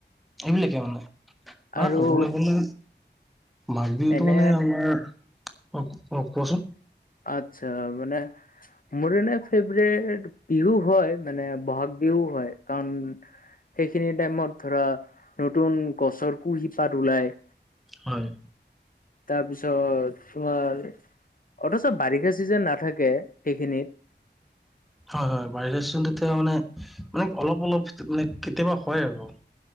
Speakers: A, in the centre; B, on the left.
A: এইবিলাকে মানে,
B: আৰু
A: মানে কবলৈ গলে মাঘ বিহুত
B: এনে
A: মানে আমাৰ, অ অ কোৱাচোন।
B: আচ্ছা মানে মোৰ এনে ফেভৰেট বিহু হয়, মানে বহাগ বিহু হয় কাৰণ সেইখিনি টাইমত ধৰা নতুন গছৰ কুহি পাত ওলাই।
A: হয়।
B: তাৰপিছত তোমাৰ, অথচ বাৰিষা চিজন নাথাকে সেইখিনিত।
A: হয় হয় বাৰিষা চিজনটো তেতিয়া মানে মানে অলপ অলপ মানে কেতিয়াবা হয় আৰু।